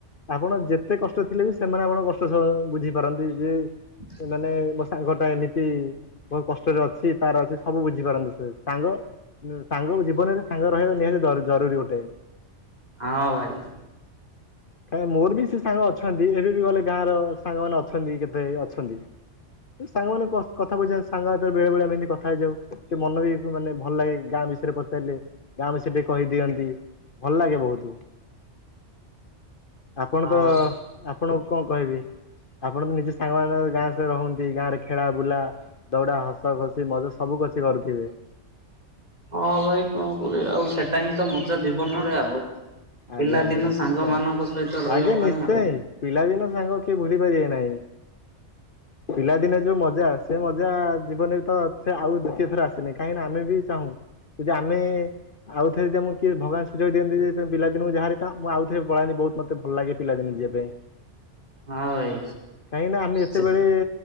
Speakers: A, on the left; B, on the right.
A: ଆପଣ ଯେତେ କଷ୍ଟରେ ଥିଲେ ବି ସେମାନେ ଆପଣଙ୍କ କଷ୍ଟ ସମ ବୁଝିପାରନ୍ତି ଯେ
B: <inaudible>
A: ଯେ ମୋ ସାଙ୍ଗ ଟା ଏମିତି ବହୁତ କଷ୍ଟରେ ଅଛି ତାର ଅଛି ସବୁ ବୁଝିପାରନ୍ତି ସେ ସାଙ୍ଗ ସାଙ୍ଗକୁ ଜୀବନରେ ସାଙ୍ଗ ରହିବା ନିହାତି ଦ ଜରୁରୀ ଗୋଟେ।
B: ହଁ ଭାଇ।
A: କାଇଁ ମୋର ବି ସେ ସାଙ୍ଗ ଅଛନ୍ତି ଏବେ ବି ଗଲେ ଗାଁର ସାଙ୍ଗମାନେ ଅଛନ୍ତି କେତେ ଅଛନ୍ତି ସାଙ୍ଗମାନେ କ-କଥା ବୁଝନ୍ତି। ସାଙ୍ଗସାଥିରେ ବେଳେ ବେଳେ ଆମେ ଏମିତି କଥା ହେଇଯାଉ ମନ ବି ମାନେ ଭଲ ଲାଗେ ଗାଁ ବିଷୟରେ ପଚାରିଲେ ଗାଁ ବିଷୟରେ ଟିକେ କହିଦିଅନ୍ତି ଭଲ ଲାଗେ ବହୁତୁ। ଆପଣ
B: ହଁ
A: ତ
B: ଭାଇ
A: ଆପଣଙ୍କୁ କଣ କହିବି ଆପଣ ତ ନିଜେ ସାଙ୍ଗ ମାନ ଗାଁ ସ ରହୁନ୍ତି ଗାଁରେ ଖେଳା ବୁଲା ଦୌଡା ହସ ଖୁସି ମଜା ସବୁ ବୁଝି ପାରୁଥିବେ।
B: ହଁ ଭାଇ କଣ କରିଆ ଆଉ ସେଟା ହିଁ ତ ମଜା ଜୀବନରେ ଆଉ। ପିଲାଦିନ
A: ଆଜ୍ଞା ଆଜ୍ଞା ନିଶ୍ଚୟ
B: ସାଙ୍ଗ ମାନଙ୍କ ସହିତ ରହିବା
A: ଆଜ୍ଞା
B: ପାଇଁ
A: ନିଶ୍ଚୟ
B: ଆଉ
A: ପିଲାଦିନ ସାଙ୍ଗ କିଏ ଭୁଲି ପାରିବେ ନାଇଁ ପିଲାଦିନେ ଯୋଉ ମଜା ସେ ମଜା ଜୀବନରେ ତ ସେ ଆଉ ଦ୍ଵୁତୀୟ ଥର ଆସନି କାହିଁକିନା ଆମେ ବି ଚାହୁଁ ଯଦି ଆମେ ଆଉ ଥରେ ଯଦି ଆମକୁ କିଏ ଭଗବାନ ସୁଯୋଗ ଦିଅନ୍ତିୁ ଯ ପିଲା ଦିନକୁ ଯାହାରି ମୁଁ ଆଉଥରେ ପଳାନ୍ତି ବହୁତ ମତେ ଭଲ ଲାଗେ ପିଲା ଦିନକୁ ଯିବା ପାଇଁ।
B: ହଁ ଭାଇ
A: କାହିଁକିନା ଆମେ ଯେତେବେଳେ
B: ସେ